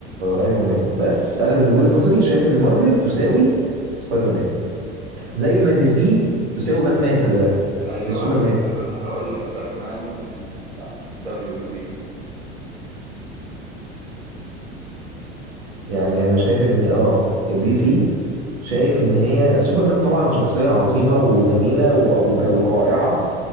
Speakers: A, on the right; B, on the right.
A: ايرون مان بس انا من وجهه نظري شايف ان مارفل تساوي سبايدر مان زي ما دي سي تساوي باتمان خلي بالك
B: ايوه
A: مش سوبرمان
B: لسه كنت هقول لك باتمان في دي سي صح دبليو بي
A: يعني انا شايف ان اه دي سي شايف ان هي سوبرمان طبعا شخصية عظيمة وجميلة و- وك- ورائعة